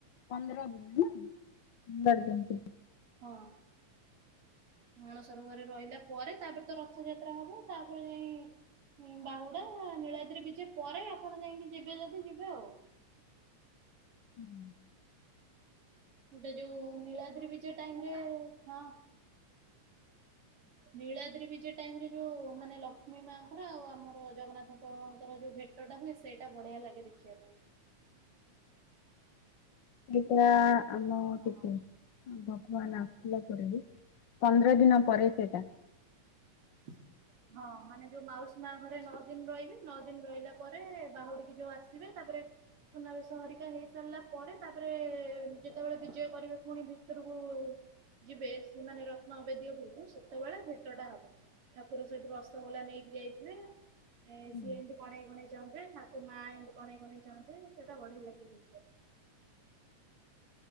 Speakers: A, on the left; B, on the right.
A: ପନ୍ଦର ଦିନ ହେ ନା ପନ୍ଦର ଦିନ
B: ହଁ। ଅଣସର ଘରେ ରହିଲା ପରେ ତାପରେ ତ ରଥଯାତ୍ରା ହବ ତାପରେ ଯାଇ ହଁ ବାହୁଡା ନୀଳାଦ୍ରି ବିଜେ ପରେ ଆପଣ ଯାଇକି ଯିବେ ଯଦି ଯିବେ ଆଉ
A: <inaudible>
B: ଗୋଟେ ଯୋଉ ନୀଳାଦ୍ରି ବିଜ ଟାଇମ ରେ ହଁ ନୀଳାଦ୍ରି ବିଜେ ଟାଇମ ରେ ଯୋଉ ମାନେ ଲକ୍ଷ୍ମୀ ମାଙ୍କର ଆଉ ଆମର ଜଗନ୍ନାଥଙ୍କର ଯୋଉ ଭେଟ ଟା ହୁଏ ସେଇଟା ବଢିଆ ଲାଗେ ଦେଖିବା ପାଇଁ।
A: ଏଇଟା ଆମ
B: ହଁ
A: କେତେ ଭଗବାନ ଆସିଲ ପରେ ବି ପନ୍ଦର ଦିନ ପରେ ସେଇଟା
B: <inaudible> ହଁ ମାନେ ଯୋଉ ମାଉସୀ ମା ଘରେ ନଅ ଦିନ ରହିବେ ନଅ ଦିନ ରହିଲା ପରେ ବାହୁଡିକ ଯୋଉ ଆସିବେ ତାପରେ ସୁନାବେଶ ହରିକା ହେଇ ସାରିଲା ପରେ ତାପରେ ଯେତେବେଳେ ବିଜୟ କରିବେ ପୁଣି ଭିତରକୁ ଯିବେ ସେମାନେ ରତ୍ନ ଅବେଦୀ ଉପରକୁ ସେତେବେଳେ ଭେଟଟା ହବ ଠାକୁର ସେଠୁ ରସଗୋଲା ନେଇକି ଯାଇଥିଲେ ଏ
A: ହୁଁ।
B: ସିଏ ଏମିତି କଣେଇ କଣେଇ ଚାହନ୍ତେ ଠାକୁ ମାଆ ଏମତି କଣେଇ କଣେଇ ଚାହନ୍ତେ ସେଟା ବଢିଆ ଲାଗିବ ଦେଖିବାକୁ।